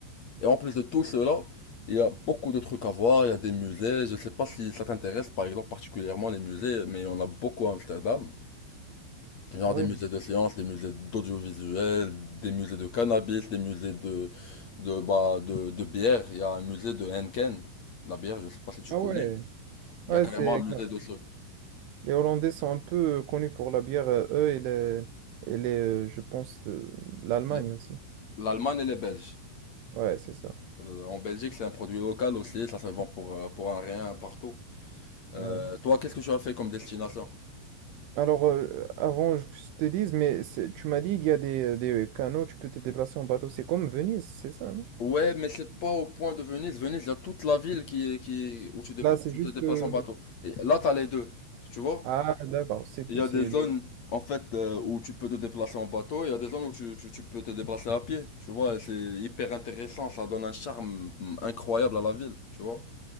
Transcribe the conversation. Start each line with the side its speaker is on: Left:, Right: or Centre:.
Left: et en plus de tout cela, il y a beaucoup de trucs à voir, il y a des musées, je sais pas si ça t'intéresse, par exemple, particulièrement les musées, mais on a beaucoup à Amsterdam. Genre
Right: ouais,
Left: des musées
Right: bien.
Left: de sciences, des musées d'audiovisuel, des musées de cannabis, des musées de, de, bah, de, de bière. Il y a un musée de Henken, la bière, je sais pas si tu
Right: Ah
Left: connais.
Right: ouais,
Left: Il
Right: ouais,
Left: y a carrément
Right: c'est
Left: un musée de ce.
Right: les Hollandais sont un peu euh, connus pour la bière, euh, eux et les, et les euh, je pense euh, l'Allemagne
Left: les-
Right: aussi.
Left: L'Allemagne et les Belges.
Right: Ouais, c'est ça.
Left: Euh, en Belgique, c'est un produit local aussi, ça se vend pour, euh, pour un rien partout. Euh,
Right: Ouais.
Left: toi, qu'est-ce que tu as fait comme destination?
Right: Alors, euh, avant je- que je te dise, mais c'est- tu m'as dit il y a des, euh, des canaux, tu peux te déplacer en bateau. C'est comme Venise, c'est ça, non
Left: Ouais, mais c'est pas au point de Venise. Venise, il y a toute la ville qui, est- qui, est- où tu, dé-
Right: Là, c'est
Left: tu
Right: juste.
Left: te déplaces
Right: euh,
Left: en bateau. Et là, t'as les deux. Tu vois?
Right: Ah, d'accord, c'est
Left: Il y a
Right: c'est
Left: des zones en fait euh, où tu peux te déplacer en bateau, il y a des zones où tu, tu- tu peux te déplacer à pied, tu vois, et c'est hyper intéressant, ça donne un charme mm, incroyable à la ville, tu vois.